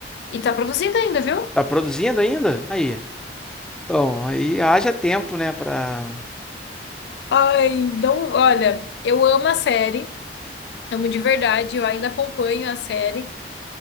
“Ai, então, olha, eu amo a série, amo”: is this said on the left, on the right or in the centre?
Left